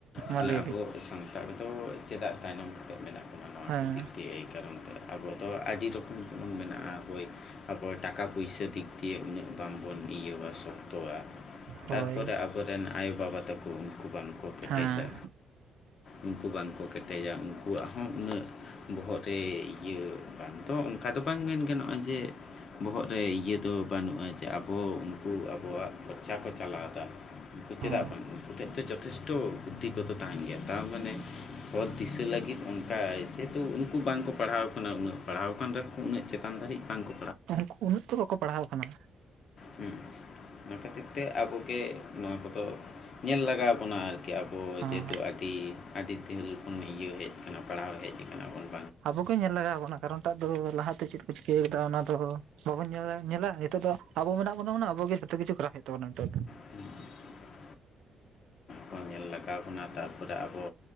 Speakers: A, on the right (about 80°); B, on the left (about 55°).
A: ᱢᱟ
B: ᱛᱟᱦᱚᱞᱮ
A: ᱞᱟᱹᱭ
B: ᱟᱵᱚ
A: ᱵᱤᱱ
B: ᱥᱟᱱᱛᱟᱲ ᱫᱚ ᱪᱮᱫᱟᱜ ᱛᱟᱭᱱᱚᱢ <unintelligible> ᱢᱮᱱᱟᱜ <unintelligible>
A: ᱦᱮᱸ
B: ᱮᱭ ᱠᱟᱨᱚᱱ ᱛᱮ ᱟᱵᱚ ᱫᱚ ᱟᱹᱰᱤ ᱨᱚᱠᱚᱢ ᱵᱚᱱ ᱢᱮᱱᱟᱜᱼᱟ ᱦᱳᱭ ᱛᱟᱯᱚᱨ ᱴᱟᱠᱟ ᱯᱩᱭᱥᱟ ᱫᱤᱠ ᱫᱤᱭᱮ ᱩᱱᱟᱹᱜ ᱵᱟᱝ ᱵᱚᱱ ᱤᱭᱟᱹᱣᱟ ᱥᱚᱠᱛᱚᱣᱟ ᱾
A: ᱦᱳᱭ
B: ᱛᱟᱨᱯᱚᱨᱮ ᱟᱵᱚᱨᱮᱱ ᱟᱭᱳᱼᱵᱟᱵᱟ ᱛᱟᱠᱚ ᱩᱱᱠᱩ ᱵᱟᱝ ᱠᱚ ᱠᱮᱴᱮᱡᱟ,
A: ᱦᱮᱸ
B: ᱩᱱᱠᱩ ᱵᱟᱝ ᱠᱚ ᱠᱮᱴᱮᱡᱭᱟ ᱩᱱᱠᱩ ᱩᱱᱠᱩᱣᱟᱜ ᱦᱚᱸ ᱩᱱᱟᱹᱜ ᱵᱚᱦᱚᱜ ᱨᱮ ᱤᱭᱟᱹ ᱛᱚ ᱚᱱᱠᱟ ᱫᱚ ᱵᱟᱝ ᱢᱮᱱ ᱜᱟᱱᱚᱜᱼᱟ ᱡᱮ ᱵᱚᱦᱚᱜ ᱨᱮ ᱤᱭᱟᱹ ᱫᱚ ᱵᱟᱹᱱᱩᱜᱼᱟ ᱡᱮ ᱟᱵᱚ ᱩᱱᱠᱩ ᱟᱵᱚᱣᱟᱜ ᱠᱷᱚᱨᱪᱟ ᱠᱚ ᱪᱟᱞᱟᱣ ᱮᱫᱟ ᱾ ᱛᱚ ᱪᱮᱫᱟᱜ
A: ᱦᱚᱸ
B: ᱵᱟᱝ ᱩᱱᱠᱩ ᱴᱷᱮᱡ ᱫᱚ ᱡᱚᱛᱷᱮᱥᱴᱚ ᱵᱩᱫᱽᱫᱷᱤᱠᱚᱛᱚ ᱛᱟᱦᱮᱱ ᱜᱮᱭᱟ ᱛᱟᱣ ᱢᱟᱱᱮ, ᱯᱚᱛ ᱫᱤᱥᱟᱹ ᱞᱟᱹᱜᱤᱫ ᱛᱟᱭ ᱡᱮᱦᱮᱛᱩ ᱩᱱᱠᱩ ᱵᱟᱝ ᱠᱚ ᱯᱟᱲᱦᱟᱣ ᱠᱟᱱᱟ ᱩᱱᱟᱹᱜ ᱯᱟᱲᱦᱟᱣ ᱠᱟᱱ ᱨᱮᱦᱚᱸᱠᱚ ᱩᱱᱟᱹᱜ ᱪᱮᱛᱟᱱ ᱫᱷᱟᱹᱨᱤᱡ ᱵᱟᱝ ᱠᱚ
A: <unintelligible> ᱩᱱᱟᱜ ᱛᱚ ᱵᱟᱠᱚ ᱯᱟᱲᱦᱟᱣ ᱠᱟᱱᱟ,
B: ᱦᱩᱸ ᱚᱱᱟ ᱠᱷᱟᱹᱛᱤᱨ ᱛᱮ ᱟᱵᱚ ᱜᱮ ᱱᱚᱣᱟ ᱠᱚ ᱫᱚ ᱧᱮᱞ ᱞᱟᱜᱟᱣ ᱵᱚᱱᱟ ᱟᱨᱠᱤ ᱠᱤ ᱟᱵᱚ
A: ᱦᱚᱸ
B: ᱡᱮᱦᱮᱛᱩ ᱟᱹᱰᱤ ᱟᱹᱰᱤ ᱡᱷᱟᱹᱞ ᱠᱷᱚᱱ ᱤᱭᱟᱹ ᱦᱮᱡ ᱠᱟᱱᱟ ᱯᱟᱲᱦᱟᱣ ᱦᱮᱡ ᱟᱠᱟᱱᱟᱵᱚᱱ ᱾
A: ᱟᱵᱚ ᱜᱮ ᱧᱮᱞ ᱞᱟᱜᱟᱣ ᱵᱚᱱᱟ ᱾ ᱠᱟᱨᱚᱱᱴᱟᱜ ᱫᱚ ᱞᱟᱦᱟ ᱛᱮ ᱪᱮᱫ ᱠᱚ ᱪᱤᱠᱟᱹᱣ ᱟᱠᱟᱫᱟ ᱚᱱᱟ ᱫᱚ ᱵᱟᱵᱚᱱ ᱧᱮ ᱧᱮᱞᱟ ᱱᱤᱛᱚᱜ ᱫᱚ ᱟᱵᱚ ᱢᱮᱱᱟᱜ ᱵᱚᱱᱟ ᱢᱟᱱᱮ ᱟᱵᱚ ᱜᱮ ᱡᱚᱛᱚ ᱠᱤᱪᱷᱩ ᱠᱚᱨᱟᱣ ᱦᱩᱭᱩᱜ ᱛᱟᱵᱚᱱᱟ ᱱᱤᱛᱚᱜ ᱫᱚ ᱾
B: <inaudible> ᱠᱚ ᱧᱮᱞ ᱞᱟᱜᱟᱣ ᱵᱚᱱᱟ ᱛᱟᱨᱯᱚᱨᱮ ᱟᱵᱚ